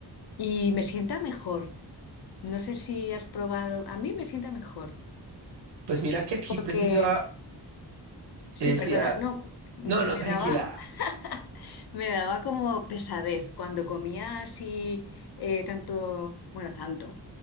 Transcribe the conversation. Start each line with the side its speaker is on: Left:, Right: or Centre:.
Left: Y me sienta mejor. No sé si has probado, a mí me sienta mejor,
Right: Pues mira que aquí
Left: porque
Right: preciso
Left: Sí,
Right: decía,
Left: perdona, no, m-
Right: no, no,
Left: me
Right: tranquila.
Left: daba, <laughs> me daba como pesadez cuando comía así eh, tanto, bueno, tanto.